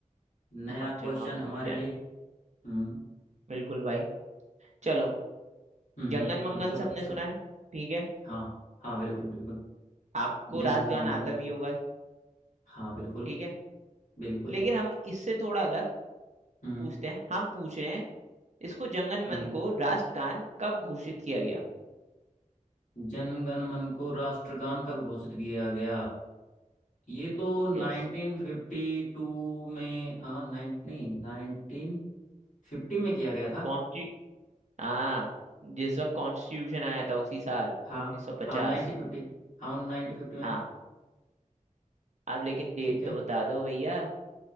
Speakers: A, on the left; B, on the right.
A: नया
B: हाँ
A: क्वेश्चन
B: चलो हम पूछते
A: हमारे लिए
B: हैं
A: हम्म
B: बिल्कुल भाई चलो
A: हम्म
B: जंगन मंगन
A: पूछो
B: सबने
A: पूछो
B: सुना है ठीक है
A: हाँ हाँ बिल्कुल बिल्कुल
B: आपको
A: जनगण
B: रास गान
A: मन
B: आता
A: अधि-
B: भी होगा
A: हाँ बिल्कुल
B: ठीक है
A: बिल्कुल
B: लेकिन
A: जी
B: हम इससे थोड़ा अलग
A: हम्म
B: पूछते हैं हम पूछ रहे हैं इसको जंगन
A: हम्म
B: मन को राष्ट्रगान कब घोषित किया गया
A: जनगण मन को राष्ट्रगान कब घोषित किया गया ये तो 1952
B: यस
A: में आ, 19 नहीं 1950 में किया गया था
B: कौन सी हाँ जिस वक्त कॉन्स्टिट्यूशन आया था उसी साल
A: हाँ
B: 1950
A: हाँ 1950 हाँ 1950 में
B: हाँ आप लेकिन डेट
A: ठीक है
B: तो बता दो भैया